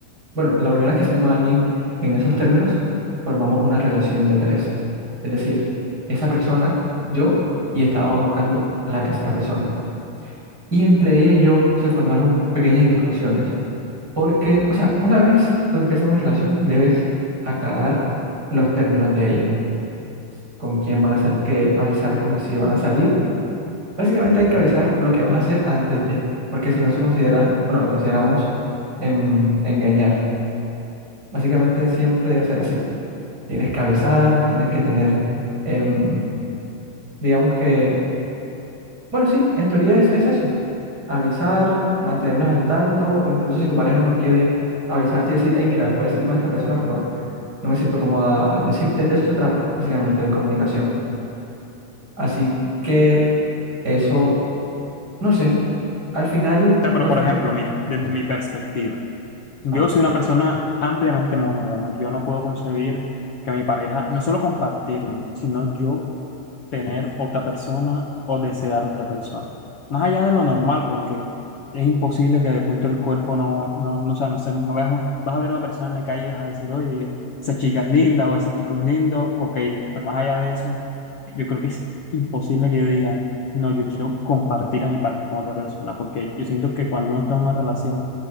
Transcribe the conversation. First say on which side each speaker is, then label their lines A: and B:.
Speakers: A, on the right; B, on the left.
A: Bueno, la primera vez que salí con alguien en esos términos, formamos una relación de tres. Es decir, esa persona, yo, y estábamos buscando a la tercera persona. Y entre ella y yo se formaron pequeñas discusiones. Porque, o sea, una vez tú empiezas una relación, debes aclarar los términos de ella. Con quién van a salir, que avisar con si van a salir. Básicamente hay que avisar lo que vas a hacer antes de, porque si no se considera, bueno, lo consideramos em, engañar. Básicamente siempre debe ser así. Tienes que avisar, tienes que tener, em, digamos que, bueno, sí, en teoría es, es eso, avisar, mantenerlos al tanto, o incluso si tu pareja no quiere avisarte y decir, hey, mira, voy a salir con esta persona, pero no me siento cómoda al decirte, de eso se trata, básicamente, de comunicación. Así que eso, no sé, al final
B: sea, pero
A: no
B: por
A: funciona.
B: ejemplo, mira, desde mi perspectiva, yo
A: Ah,
B: soy una persona ampliamente monógama. Yo no puedo concebir que mi pareja, no solo compartirlo, sino yo tener otra persona o desear otra persona. Más allá de lo normal, porque es imposible que de pronto el cuerpo no, no, no, o sea, no, sé, no veas un- vas a ver una persona en la calle y vas a decir, oye, esa chica es linda o ese chico es lindo, ok, pero más allá de eso, yo creo que es imposible que yo diga, no, yo quiero compartir a mi pareja con otra persona, porque yo siento que cuando uno está en una relación,